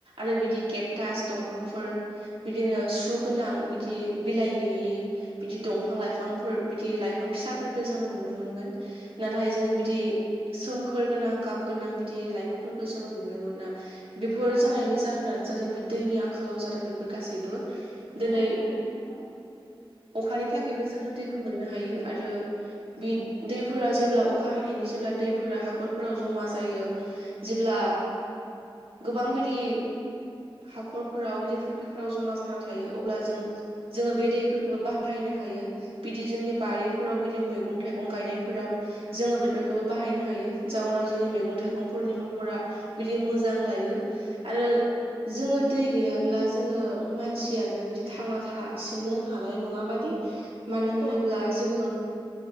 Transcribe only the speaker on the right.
आरो बिदि केकटास दंफांफोर बिदिनो सु गोनां बिदि बिलाइ गैयि बिदि दंफां लाइफांफोर बिदि लाइफां फिसाफोरखौो जोङो नुनो मोनगोन नाथाय जोङो बिदि सोमखोर गोनां गाब गोनां बिदि लाइफांफोरखौ जोङो नुनो मोना बेफोर
जानायनि जा खानो जादों बे दैनि आंखालाव जादों बेफोर गासैबो दिनै
अखानि थाखायबो जोङो दैखौ मोननो हायो आरो बे दैफोरा जेब्ला अखा हैनायनि जेब्ला दैफोरा हाखरफोराव जमा जायो जेब्ला गोबां बिदि हाखरफोराव बिदि फुख्रिफोराव जमा जाना थायो अब्ला जों जोङो बे दैफोरखौबो बाहायनो हायो बिदि जोंनि बारिफोराव बिदि मैगं थाइगं गायनायफोराव जोङो बेफोरखौबो बाहायनो हायो जाउनाव जोंनि मैगं थाइगंफोरनि महरा बिदि मोजां लायो आरो जोङो दै गैयाब्ला जोङो मानसियानो बिदि थांना थासिननो हानाय नङाब्ला मानो होनोब्ला
जों